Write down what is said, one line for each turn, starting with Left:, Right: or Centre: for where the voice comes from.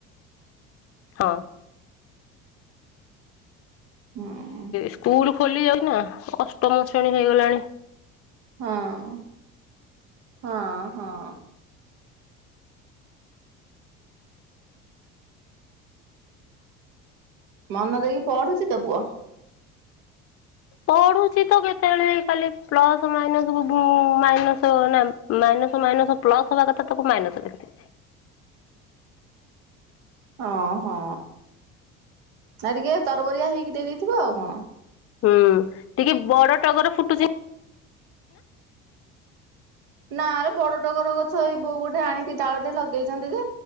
Left: ହଁ।
Right: ହୁଁ
Left: ସ୍କୁୁଲ ଖୋଲି ଯାଉଚିନା। ଅଷ୍ଟମ ଶ୍ରେଣୀ ହେଇଗଲାଣି।
Right: ହଁ ହଁ ହଁ। ମନ ଦେଇ କି ପଢୁଛି ତୋ ପୁଅ।
Left: ପଢୁଛି ତ କେତେବେଳେ ଖାଲି ପ୍ଲସ୍ ମାଇନସକୁ ସବୁ ମାଇନସ୍ ନାମ୍ ମାଇନସ୍ ମାଇନସ୍ ପ୍ଲସ୍ ହବା କଥା, ତାକୁ ମାଇନସ୍ ଲେଖିଥିବେ।
Right: ହଁ ହଁ ନାଇ ଟିକେ ତରବରିଆ ହେଇକି ଦେଇ ଦେଇଥିବେ ଆଉ କଣ।
Left: ହୁଁ ଟିକେ ବଡ ଟଗର ଫୁଟୁଛି।
Right: ନା ଲୋ ବଡଟଗର ଗଛ ଏଇ ବୋଉ ଗୋଟେ ଆଣିକି ଡାଳଟେ ଲଗେଇଛନ୍ତି ଯେ